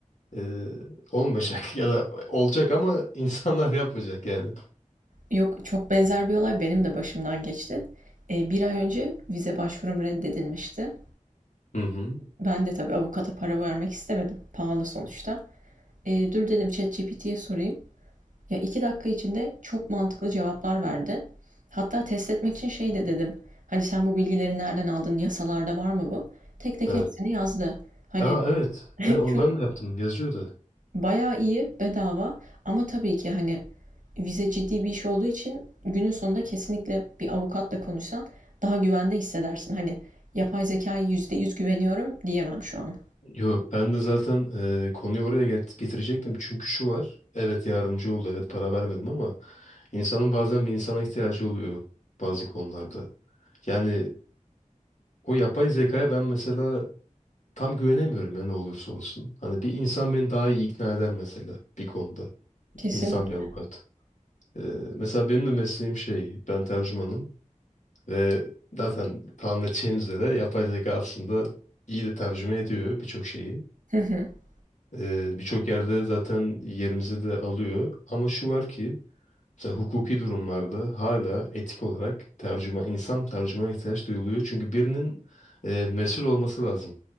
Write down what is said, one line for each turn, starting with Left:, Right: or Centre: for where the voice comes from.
Left: e, olmayacak <laughs> ya da olacak ama insanlar yapmayacak yani.
Right: Yok, çok benzer bir olay benim de başımdan geçti. E, bir ay önce vize başvurum reddedilmişti.
Left: Hı hı.
Right: Ben de tabii avukata para vermek istemedim. Pahalı sonuçta. E, dur dedim ChatGPT'ye sorayım. Ya iki dakika içinde çok mantıklı cevaplar verdi. Hatta test etmek için şey de dedim. Hani sen bu bilgileri nereden aldın? Yasalarda var mı bu? Tek tek
Left: Evet.
Right: hepsini yazdı. Hani
Left: Aa evet.
Right: <laughs>
Left: Evet, onu
Right: çok
Left: ben de yaptım. Yazıyordu.
Right: bayağı iyi bedava ama tabii ki hani vize ciddi bir iş olduğu için günün sonunda kesinlikle bir avukatla konuşsan daha güvende hissedersin. Hani yapay zekaya yüzde yüz güveniyorum diyemem şu an.
Left: Yo ben de zaten e, konuyu oraya get- getirecektim. Çünkü şu var. Evet yardımcı oldu. Evet para vermedim ama insanın bazen bir insana ihtiyacı oluyor bazı konularda. Yani o yapay zekaya ben mesela tam güvenemiyorum ya ne olursa olsun. Hani bir insan beni daha iyi ikna eder mesela bir konuda.
Right: Kesinlikle.
Left: İnsan bir avukat. E, mesela benim de mesleğim şey ben tercümanım ve zaten tahmin edeceğiniz üzere yapay zeka aslında iyi de tercüme ediyor birçok şeyi.
Right: <laughs>
Left: Ee, birçok yerde zaten yerimizi de alıyor. Ama şu var ki mesela hukuki durumlarda hala etik olarak tercüma, insan tercümana ihtiyaç duyuluyor. Çünkü birinin e, mesul olması lazım.